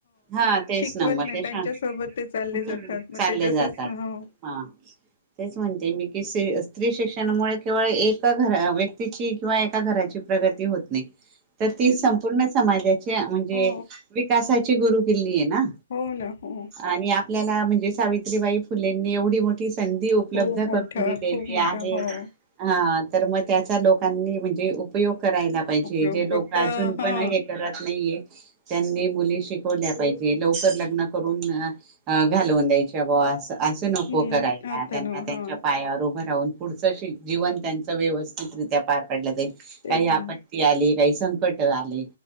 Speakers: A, on the right; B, on the left.
A: हा तेच
B: त्यांच्याो
A: ना मग ते शां
B: जात
A: हम्म चालले
B: तसंच
A: जातात
B: हो
A: हा तेच म्हणते मी किसे क शिक्षणामुळे केवळ एका घ व्यक्तीची किंवा एका घराची प्रगती होत नाही तर ती
B: ते
A: संपूर्ण समाजाची म्हणजे
B: हो
A: विकासाची गुरु केिल्ली आहे ना
B: हो ना हो
A: आणि आपल्याला म्हणजे सावित्रीबाई फुलेंनी एवढी मोठी ध उपलब्ध
B: खूप मोठा
A: करून दिली
B: खूप मोठा
A: आहे
B: हो
A: ह मग चा लोकांनी म्हणजे उपयोग करायला पाहिजे
B: उपयोग
A: जे लोक
B: फक्त
A: अजून
B: हा
A: पण हे करत नाहीये त्यांनी मुली शिकवल्या पाहिजे लवकर लग्न करून घालवून द्यायच्या असं असं नको
B: हम्म
A: करायला
B: आता
A: त्यांना
B: ना
A: त्यांच्या
B: हा
A: पायावर उभ जव त्यां ववितित्या पारड जाई का
B: तेच ना
A: आप का संकट आले